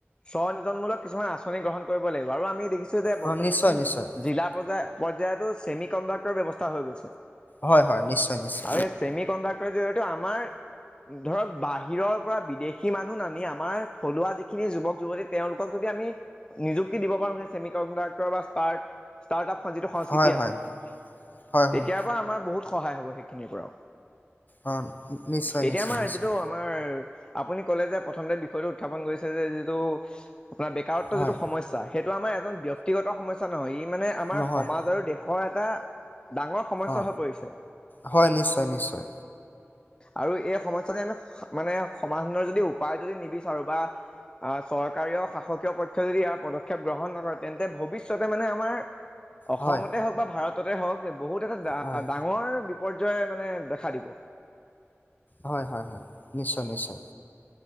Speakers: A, on the left; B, on the left.
A: স্ব নিজনমূলক কিছুমান আ আমি গ্ৰহণ কৰিব লাগিব আৰু আমি দেখিছো যে বৰ্তমান
B: অ নিশ্চয় নিশ্চয়
A: জিলা পৰ্য্যায় যিহেটো চেমি কণ্ডাক্টৰ ব্যৱস্থা হৈ গৈছে।
B: হয় হয় নিশ্চয় নিশ্চয়
A: আৰু এই ছেমি কণ্ডাক্টৰ জৰি়য়েতো আমাৰ ধৰক বাহিৰৰ পৰা বিদেশী মানুহ নানি আমাৰ থলুৱা যিখিনি যুৱক যুৱতী তেওঁলোকক যদি আমি নিযুক্তি দিব পাৰো সেই semi conductor start start up যিটো সংস্কৃতি
B: হয় হয়
A: আছে
B: হয়
A: তেতিয়াৰ
B: হয়
A: পৰা আমাৰ বহুত সহায় হ'ব সেইখিনিৰ পৰাও।
B: অ নিশ্চয়
A: এতিয়া
B: নিশ্চয়
A: আমাৰ
B: নিশ্চয়
A: যিটো আমাৰ আপুনি কলে যে প্ৰথমতে বিষয়টো উত্থাপন কৰিছে যে যিটো আপোনাৰ বেকাৰত্ব
B: হয়
A: যিটো সমস্যা সেইটো আমাৰ এজন ব্যক্তিগত সমস্যা নহয় ই মানে আমাৰ
B: নহয়
A: সমাজ আৰু দেশৰ এটা ডাঙৰ সমস্যা
B: অ
A: হৈ পৰিছে।
B: হয় নিশ্চয় নিশ্চয়
A: আৰু এই সমস্্যাতে আমি মানে সমাধানৰ যদি উপায় যদি নিবিচাৰো বা আহ চৰকাৰীয় শাসকীয় পক্ষই যদি ইয়াৰ পদক্ষেপ গ্ৰহণ নকৰে তেন্তে ভৱিষ্যতে মানে আমাৰ। অসমতে
B: হয়
A: হওক বা ভাৰত তে হওক বহুত এটা
B: হয়
A: ডাঙৰ বিপৰ্যয় মানে দেখা দিব।
B: হয় হয় হয় নিশ্চয় নিশ্চয়